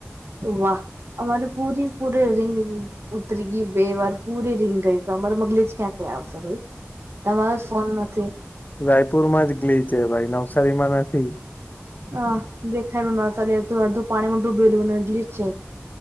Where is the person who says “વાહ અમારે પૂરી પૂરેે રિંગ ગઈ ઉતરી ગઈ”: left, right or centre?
Right